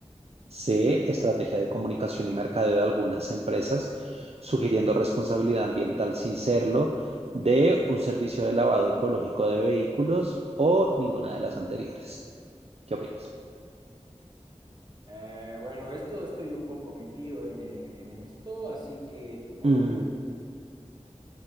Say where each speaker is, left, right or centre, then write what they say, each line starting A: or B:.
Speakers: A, on the right; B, on the right.
A: C. Estrategia de comunicación y mercadeo de algunas empresas, sugiriendo responsabilidad ambiental sin serlo. D. Un servicio de lavado ecológico de vehículos o ninguna de las anteriores. ¿Qué opinas?
B: Eh, bueno, esto estoy un poco metido en el, en esto, así que te puedo
A: Mm,
B: decir que